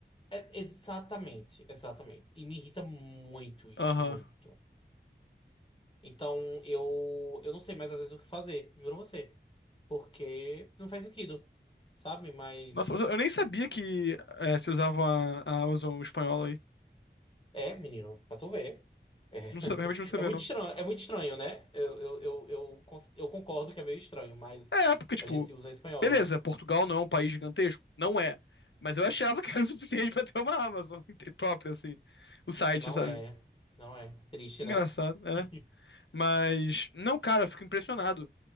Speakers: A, on the left; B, on the left.
A: É- exatamente, exatamente. E me irrita muito isso,
B: Aham.
A: muito. Então eu, eu não sei mais às vezes o que fazer, juro a você. Porque não faz sentido, sabe? Mas.
B: Nossa, mas eu eu nem sabia
A: fi-
B: que é, se usava a, a Amazon espanhola aí.
A: É, menino, pra tu ver. É,
B: Não sabia, realmente não sabia,
A: <laughs> é muito
B: não.
A: estranho, é muito estranho, né? Eu, eu, eu, eu, cons- eu concordo que é meio estranho, mas
B: É, porque, tipo,
A: a gente usa a espanhola.
B: beleza, Portugal não é um país gigantesco? Não é. Mas eu achava que era <laughs> o suficiente pra ter uma Amazon <laughs> própria, assim. O site,
A: Não
B: sabe?
A: é. Não é. Triste,
B: Engraçado,
A: né?
B: é.
A: <laughs>
B: Mas, não, cara, eu fico impressionado.